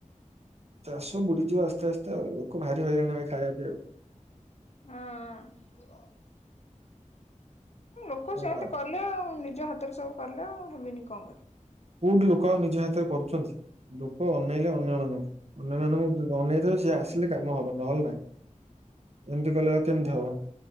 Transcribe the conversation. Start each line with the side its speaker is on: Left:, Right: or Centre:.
Right: ଚାଷ ବୁଡିଯିବ ଆସ୍ତେ ଆସ୍ତେ ଆଉ, ଲୋକ ଭାରି ହଇରାଣ ହେବେ ଖାଇବା ପିଆକୁ।
Left: ହଁ। ଲୋକ
Right: କଣ
Left: ସେମିତି
Right: ଆଉ।
Left: କଲେ ଆଉ, ନିଜ ହାତରେ ସବୁ କଲେ ଆଉ, ହେବନି କଣ କରିବେ।
Right: କୋଉଠି ଲୋକ ଅଉ ନିଜ ହାତରେ କରୁଛନ୍ତି, ଲୋକ ଅନେଇଲେ ଅନ୍ୟମାନଙ୍କୁ। ଅନ୍ୟମାନାନଙ୍କୁ
Left: ହଁ
Right: ଅନେଇଥିବେ ସିଏ ଆସିଲେ କାମ ହବ ନହେଲେ ନାହିଁ, ଏମିତି କଲେ ଆଉ କେମିତି ହବ।